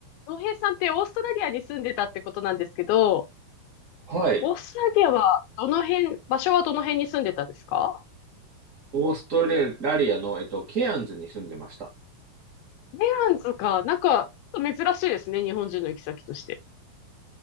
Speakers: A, on the left; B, on the right.
A: 浩平さんってオーストラリアに住んでたってことなんですけど、
B: はい。
A: オーストラリアはどの辺、場所はどの辺に住んでたんですか
B: オーストラリアの、えっと、ケアンズに住んでました。
A: メランズか、なんか珍しいですね、日本人の行き先として。